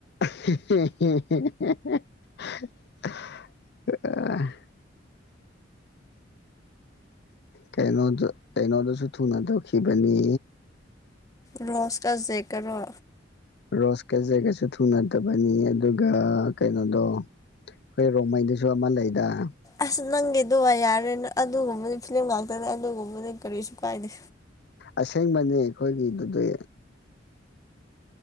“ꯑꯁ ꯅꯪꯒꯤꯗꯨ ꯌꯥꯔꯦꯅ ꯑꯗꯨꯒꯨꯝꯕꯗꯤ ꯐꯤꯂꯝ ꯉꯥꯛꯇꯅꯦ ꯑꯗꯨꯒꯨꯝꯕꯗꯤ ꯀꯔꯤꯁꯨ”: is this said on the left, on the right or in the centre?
Left